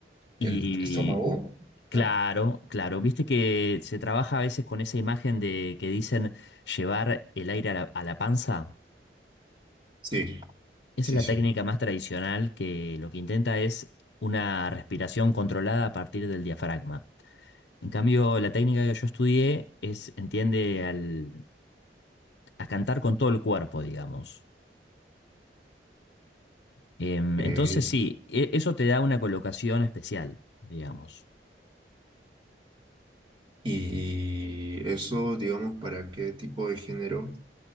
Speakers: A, on the right (about 30°); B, on the left (about 75°).
A: el
B: Y
A: estómago,
B: claro,
A: ¿no?
B: claro, viste que se trabaja a veces con esa imagen de que dicen llevar el aire a la, a la panza.
A: Sí,
B: Esa
A: sí,
B: es la
A: sí.
B: técnica más tradicional que lo que intenta es una respiración controlada a partir del diafragma. En cambio, la técnica que yo estudié es, entiende al a cantar con todo el cuerpo, digamos. Em,
A: Ok.
B: entonces sí, e- eso te da una colocación especial, digamos.
A: Y eso, digamos, ¿para qué tipo de género